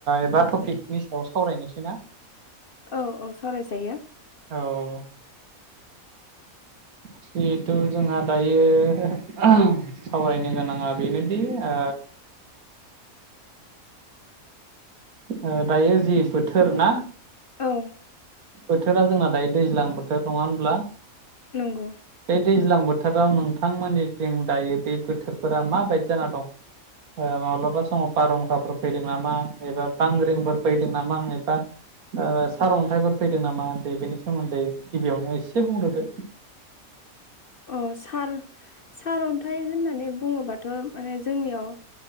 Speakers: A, on the right; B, on the left.
A: एबा टपिकनि सायाव सावरायनोसै ना
B: औ औ सावरायजायो
A: औ जिहेथु जोंहा दायो सावरायनो गोनाङा बेनोदि ओ ओ दायो जि बोथोर ना
B: औ
A: बोथोरा जोंना दायो दैज्लां बोथोर नङा होनब्ला
B: नंगौ
A: बे दैज्लां बो थोराव नोंथांमोननि जों दायो बे बोथोरफोरा माबायदि जाना दं ओ माब्लाबा समाव बारहुंखाफोर फैदों नामा एबा बांग्रिंफोर फैदों नामा एबा ओ सारअन्थाइफोर फैदों नामा बेनि सोमोन्दै गिबियावनो एसे बुंग्रोदो
B: अ सार सारअनथाइ होननानै बुङोबा थ' माने जोंनियाव